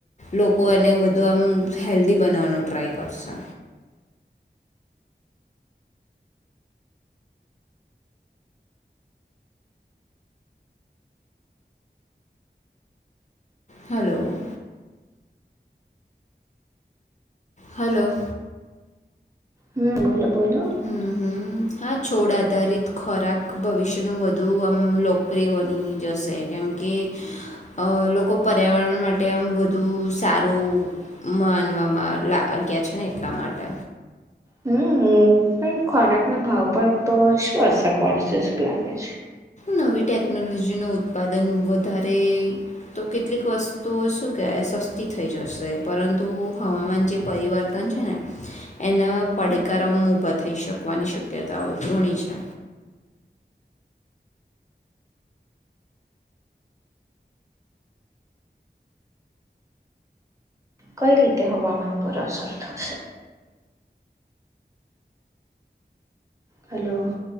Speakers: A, on the left; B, on the right.
A: લોકો એને વધુ આમ હેલ્ધી બનાવવાનું ટ્રાય કરશે હલો. હલો.
B: હમ બોલો બોલો
A: હમ હમ હા છોડ આધારિત ખોરાક ભવિષ્યનું વધુ આમ લો કરે બની જશે. કેમ કે અ લોકો પર્યાવરણ માટે આમ બધું સારું માનવામાં લ ગયા છે ને એટલા માટે
B: હમ હમ. પણ ખોરાક ના ભાવ પર તો શું અસર પડશે શું લાગે છે.
A: નવી ટેકનોલોજી ન ઉત્પાદન વધારે તો કેટલીક વસ્તુઓ શું કહે સસ્તી થઈ જશે પરંતુ હવામાન જે પરિવર્તન છે ને એને પડ કારવામાં ઉભા થઈ શકવાની શક્યતાઓ ઘણી છે
B: કઈ રીતે હવામાન પર અસર થશે હલો.